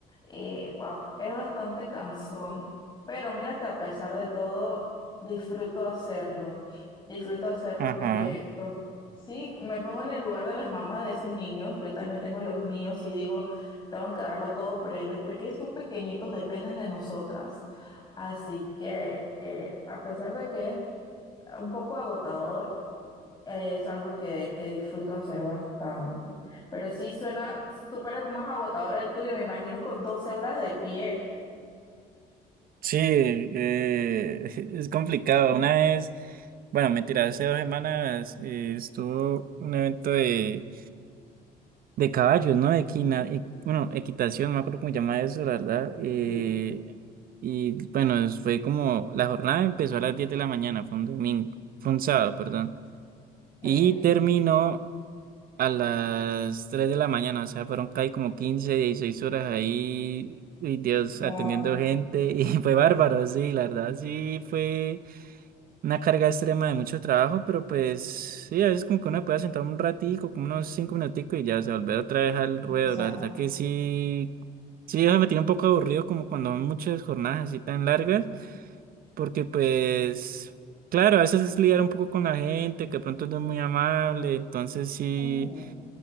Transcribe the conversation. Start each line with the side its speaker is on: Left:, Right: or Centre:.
Left: Eh, wow, es bastante cansón, pero mira que a pesar de todo, disfruto hacerlo. Disfruto hacerlo
Right: ajá.
Left: porque con- sí, me pongo en el lugar de las mamás de esos niños. Yo también tengo los míos y digo, tengo que darlo todo por ellos porque ellos son pequeñitos, dependen de nosotras. Así que eh, a pesar de que es un poco agotador, es algo que, que disfruto hacer bastante. Pero sí suena súper más agotador el tuyo, me imagino con 12 horas de pie.
Right: Sí, eh, <laughs> es complicado. Una vez, bueno, mentira, hace dos semanas eh, estuvo un evento de, de caballos, ¿no? De equina- e- bueno, equitación, no me acuerdo cómo se llama eso, la verdad. eh,
Left: Sí,
Right: y bueno, es- fue como, la jornada empezó a las 10 de la mañana, fue un domingo, fue un sábado, perdón.
Left: lo
Right: Y
Left: que...
Right: terminó a las 3 de la mañana, o sea, fueron casi como 15 16 horas ahí, y Dios,
Left: Wow.
Right: atendiendo gente, <laughs> y fue bárbaro, sí, la verdad, sí, fue una carga extrema de mucho trabajo, pero pues, sí, a veces como que uno puede sentar un ratico, como unos 5 minuticos, y ya, o sea volver otra vez al
Left: Y
Right: ruedo,
Left: ya.
Right: la verdad que sí, sí, eso me tiene un poco aburrido, como cuando son muchas jornadas así tan largas, porque pues... Claro, a veces es lidiar un poco con la gente, que de pronto no es muy amable, entonces sí,
Left: Ujú.